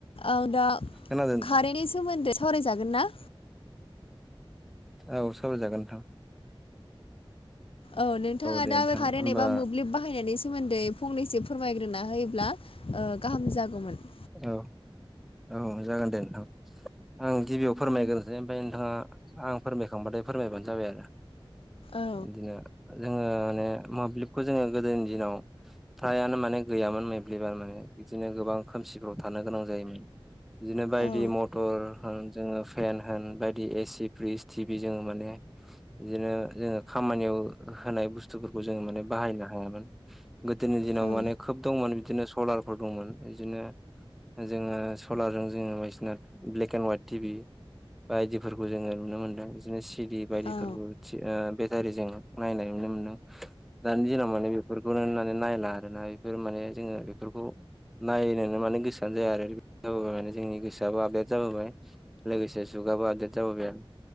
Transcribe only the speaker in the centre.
खोनादों
औ सावराय जागोन नोंथां
दे
नोंथां
होमबा
औ औ जागोन दे नोंथां आं गिबियाव फोरमायग्रोनोसै ओमफ्राय नोंथाङा आं फोरमायखांबाथाय फोरमायबानो जाबाय आरो
बिदिनो जोङो माने मोब्लिबखौ जोङो गोदोनि दिनाव फ्रायानो माने गैयामोन मोब्लिबा माने बिदिनो गोबां खोमसिफ्राव थानो गोनां जायोमोन बिदिनो बायदि
मथर ओ जोङो फेन होन बायदि एसि फ्रिज टि भि जोङो माने बिदिनो जोङो खामानियाव होनाय बुस्थुफोरखौ जोङो माने बाहायनो हायामोन। गोदोनि दिनाव
माने खोब दंमोन बिदिनो सलारफोर दंमोन। बिदिनो जोङो सलारजों जोङो बायदिसिना ब्लेक एन्ड हाइट टिभि बायदिफोरखौ जोङो नुनो मोनदों बिदिनो सिडि बायदिफोरखौ
ओ बेटारिजों नायनाय नुनो मोनदों। दानि दिनाव माने बेफोरखौनो माने नायला आरो ना बेफोर माने जोङो बेफोरखौ नायनोनो माने गोसोआनो जाया आरो जाबोबाय माने जोंनि गोसोआबो आपडेट जाबोबाय। लोगोसे जुगाबो आपदेड जाबोबाय आरो।